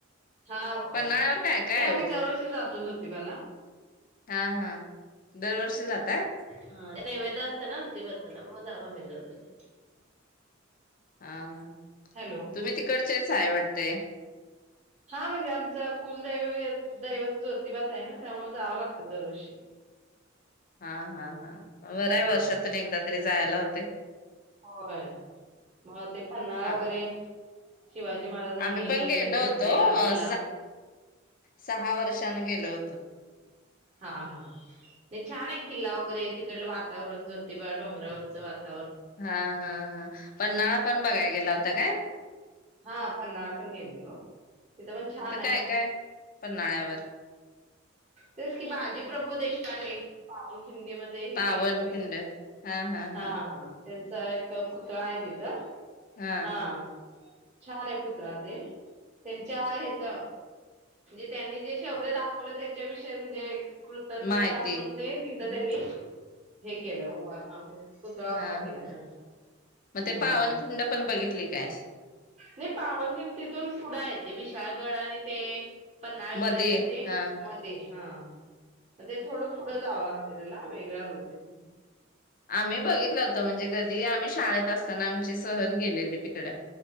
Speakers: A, on the right; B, on the left.
A: हा होय
B: पन्हाळ्यावर
A: <inaudible>
B: काय काय
A: ते
B: आहे
A: आम्ही दरवर्षी जातो जोतिबाला
B: हा हा दरवर्षी जाताय
A: ह त्या नैवेद्य <inaudible> असते ना जोतिबा चा त्यामुळ जातो आम्ही दरवर्षी
B: हा हा
A: हॅलो.
B: तुम्ही तिकडचेच हाय वाटतय
A: हा म्हणजे आमच कुलदैव- दैवत ज्योतिबाचआहे ना त्यामुळे जावं लागतं दरवर्षी
B: हा- हा- हा बरंय
A: हा.
B: वर्षातून एकदा तरी जायला होतय
A: होय मग ते पन्नाळा
B: हां.
A: <inaudible> वगैरे शिवाजी महाराजांनी
B: आम्ही पण गेलो
A: जिंकलेला
B: होतो अ,
A: किल्ला
B: सहा वर्षांन गेलं होतो
A: हा हा नाही छान आहे किल्ला वगैरे तिकड वातावरण जोतेिबा डोंगरावरचं वात '--'
B: हा- हा- हा पण ना पण '--' बघायला <unintelligible> गेला होता काय
A: हा पन्नाळा पण गेलेलो तिथ पण छान
B: तिथं
A: हाय
B: काय-काय?
A: <inaudible>
B: पन्हाळ्यावर
A: तेच कि बाजी प्रभू देश <inaudible> प <unintelligible> पावन खिंडी मध्ये हे
B: पावनखिंड.
A: केले ते '--'
B: हां, हां,
A: हा
B: हां.
A: त्यांचा एक पुतळा आहे तिथं
B: हां,
A: हा छान आहे पुत्र ते त्यांच्या ह्याच म्हणजे त्यांनी जे शौर्य दाखवलं त्याच्या विषयी म्हणजे कृतज्ञता
B: माहिती.
A: म्हणून ते तिथं
B: हम्म.
A: त्यांनी हे केलं उभ म्हणजे पुतळा
B: हां,
A: उभा केला
B: हां.
A: त्यांचा
B: मग
A: हम्म.
B: ते पावनखिंड पण बघितली काय?
A: नाही पावल किन तिथून पुड येते विशाळगड आणि ते पननाळगडाच्या
B: मध्ये
A: ते
B: हा
A: मध्ये हा म ते थोडं पुढं जावं लागत त्याला वेगळा रूट आहे. तो
B: आम्ही बघितलं होतो म्हणजे कधी आम्ही शाळेत असतो. सण आमची सहल गेलेली तिकड